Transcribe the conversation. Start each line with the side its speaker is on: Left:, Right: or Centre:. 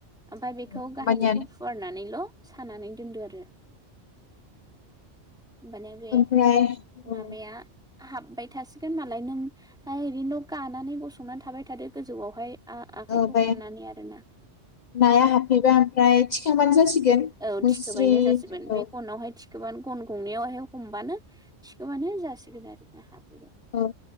Centre: ओमफाय
Left: होमबानिया
Centre: बेखौ गाहायनिखौ फुवारनानैल सानानै दोनदो आरो बानाय
Left: ओमफ्राय
Centre: <unintelligible>
Left: औ
Centre: माबाया
Left: औ
Centre: हाबबाय। थसिगोन मालाय नों‌ आ ओरैनोल गानानै गसंनानै थाबाय थादो गोजौआवहाय आखाइखौ
Left: औ बे
Centre: हमनानै आरोना
Left: नाया हाबफैबा ओमफ्राय <unintelligible>
Centre: औ
Left: मुस्रि
Centre: थिखोबायनो जासिगोन
Left: औ
Centre: बे गनावहाय थि बानो गन गंनैआवहाय हमबानो थिखोबानो जासिगोन आरो ना <unintelligible>
Left: ओ